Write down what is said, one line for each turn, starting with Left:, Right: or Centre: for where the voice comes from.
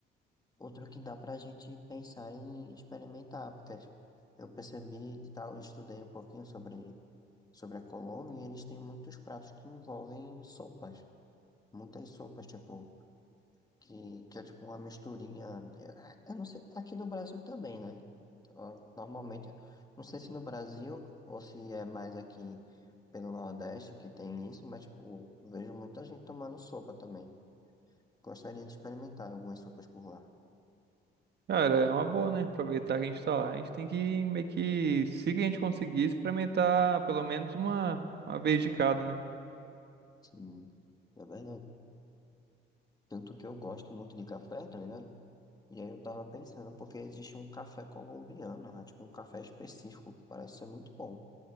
Left: outro que dá pra gente pensar em experimentar, porque tipo, eu percebi e tal, eu estudei um pouquinho sobre, sobre a Colômbia e eles têm muitos pratos que envolvem sopas. Muitas sopas, tipo, que, que é tipo uma misturinha. é- Eu não sei, aqui no Brasil também, né? Ó, Normalmente, não sei se no Brasil ou se é mais aqui pelo Nordeste que tem isso, mas, tipo, vejo muita gente tomando sopa também. Gostaria de experimentar algumas sopas por lá.
Right: Cara, é uma boa, né? Aproveitar que a gente tá lá. A gente tem que meio que, se a gente conseguir, experimentar pelo menos uma, uma vez de cada, né?
Left: Sim, é verdade. Tanto que eu gosto muito de café, tá ligado? E aí eu tava pensando, porque existe um café colombiano, né? Tipo um café específico, que parece ser muito bom.